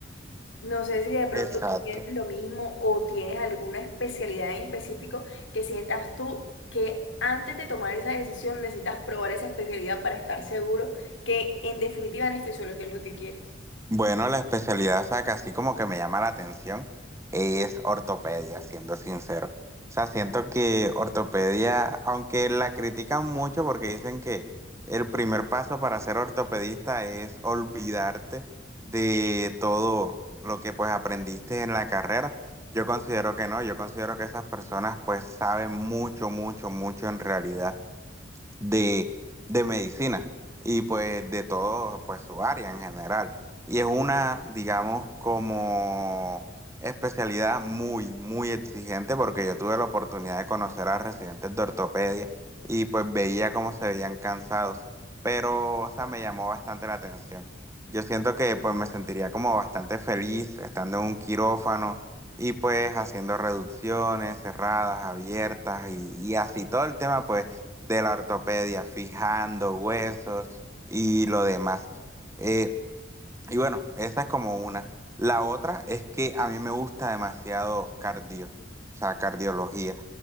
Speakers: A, on the left (about 80°); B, on the right (about 15°).
A: No sé si de pronto
B: Exacto.
A: tú tienes lo mismo o tienes alguna especialidad en específico que sientas tú que antes de tomar esa decisión necesitas probar esa especialidad para estar seguro que en definitiva anestesiología es lo que quieres.
B: Bueno, la especialidad, o sea, que así como que me llama la atención, es ortopedia, siendo sincero. O sea, siento que ortopedia, aunque la critican mucho porque dicen que el primer paso para ser ortopedista es olvidarte de todo lo que pues aprendiste en la carrera, yo considero que no, yo considero que esas personas pues saben mucho, mucho, mucho en realidad de, de medicina y pues de todo pues su área en general. Y es una, digamos, como especialidad muy, muy exigente porque yo tuve la oportunidad de conocer a residentes de ortopedia y pues veía cómo se veían cansados, pero o sea, me llamó bastante la atención. Yo siento que pues me sentiría como bastante feliz estando en un quirófano y pues haciendo reducciones cerradas, abiertas y, y así todo el tema pues de la ortopedia, fijando huesos y lo demás. Eh, y bueno, esa es como una. La otra es que a mí me gusta demasiado cardio, o sea, cardiología.